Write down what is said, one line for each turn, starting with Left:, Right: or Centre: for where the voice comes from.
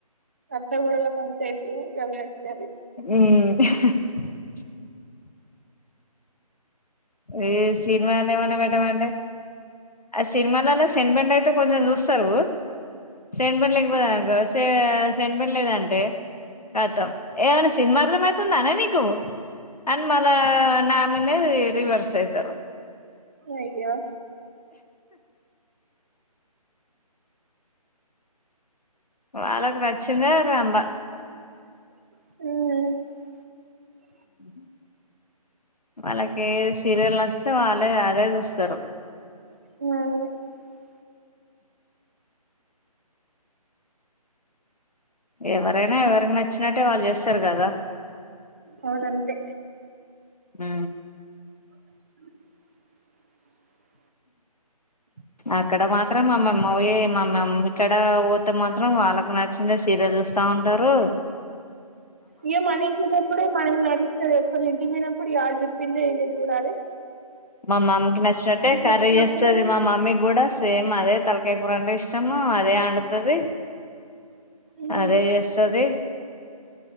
Right: అత్తగోడలా పంచాయతిలు అవి నచ్చుతాది
Left: మ్ ఏ సినిమా అన్న ఏమన్న పెట్టమంటే ఆ సినిమాలల్ల సెంటిమెంట్ అయితే కొంచెం చూస్తారు. సెంటిమెంట్ లేకపోతే సెంటిమెంట్లేదంటే కతం ఏమైనా సినిమా అర్థం అయితుందానే నీ తు అన్ మళ్ళ నామిదనే రివర్స అయి దరు
Right: అయ్యో
Left: వాళ్ళకు నచ్చిందే రంభ
Right: ఆ
Left: ఆ వాళ్ళకే సీరియల్ నచ్చితే వాళ్ళే అదే చూస్తారు.
Right: <unintelligible>
Left: ఎవరైనా ఎవరికి నచ్చినట్టే వాళ్ళు చేస్తారు కదా
Right: అవునంతే
Left: హ్
Right: ఆ
Left: అక్కడ మాత్రం మా మమ్మ బోయే మా మమ్మీ కడా పోతే మాత్రం వాళ్ళకు నచ్చిందే సీరియల్ చూస్తా ఉంటరు.
Right: ఇగ మన ఇంట్ల ఉన్నప్పుడే మనది నడుస్తది ఒకరి ఇంటికి పోయినప్పుడు ఇగ ఆళ్లు చెప్పిందే చూడాలె
Left: మా మమ్మీకి నచ్చినట్టే కర్రీ
Right: వచ్చినప్పుడు
Left: చేస్తది మా మమ్మీ కూడా సేమ్ అదే తల్కాయ్ కూరంటే ఇష్టం. అదే అండుతది.
Right: మ్మ్
Left: అదే చేస్తది.